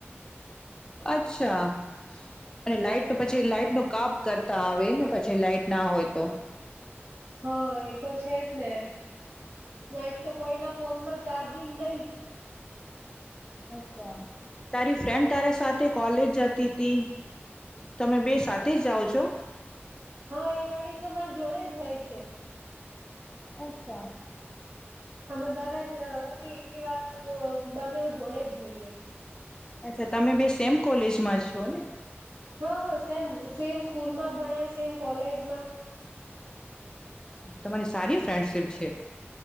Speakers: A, on the left; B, on the right.
A: અચ્છા અને લાઈટ ન પછી લાઈટ ન કાપ કરતા આવે ને પછી લાાઈટ ના હોય તો
B: હા એ તો છે જ ને અઈ તો કોઈના ફોનમાં ચાર્જિંગ નહી
A: અછા તારી ફ્રેન્ડ તારા સાથે કોલેજ જતી તમે બે સાથે જાઓ છો?
B: હા એ વાળી તો મારી જોડે જ હોય છે
A: અચ્છા
B: અમે દરોજ <inaudible> બને જોડે જ જઈએ
A: અચ્છા તમે બે સેમ કોલેજમાં છો ને?
B: હ હ સેમ સેમ સ્કૂલમાં ભણ્યા સેમ કોલેજમાં
A: તમારી સારી ફ્રેન્ડશિપ છે.